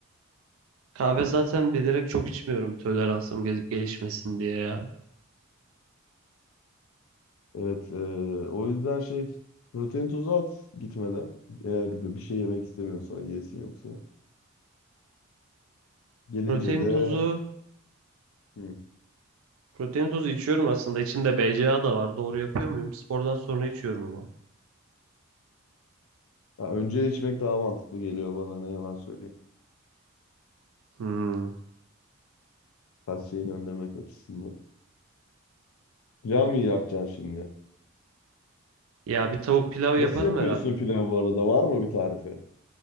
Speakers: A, on the right; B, on the left.
A: Kahve zaten bilerek çok içmiyorum toleransım gel- gelişmesin diye ya.
B: Evet, e, o yüzden şey protein tozu at gitmeden eğer bir şey yemek istemiyorsan yesin yoksa. Gelince
A: Protein
B: de
A: tozu
B: hı.
A: Protein tozu içiyorum aslında. İçinde BCAA da var. Doğru yapıyor muyum? Spordan sonra içiyorum ama.
B: Ha, önce içmek daha mantıklı geliyor bana ne yalan söyleyeyim.
A: Hmm.
B: Kas şeyini önlemek açısından. Pilav mı yapacaksın şimdi?
A: Ya bir tavuk pilav yaparım
B: Nasıl yapıyorsun
A: herhalde.
B: pilav bu arada? Var mı bir tarifi?